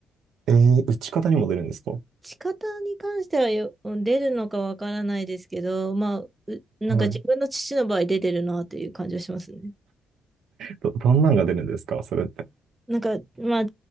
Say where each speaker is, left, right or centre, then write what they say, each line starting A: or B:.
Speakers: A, on the right; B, on the right.
A: えー、打ち方にも出るんですか
B: 仕方に関してはよ、出るのかわからないですけど、まあ、うなんか自分の父の場合出てるなという感じはしますね。
A: はい。ど、どんなんが出るんですかそれって。
B: なんか、まあ、